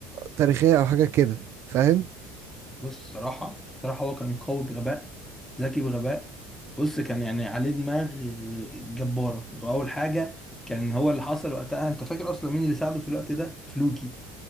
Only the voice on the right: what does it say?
تاريخية او حاجة كده فاهم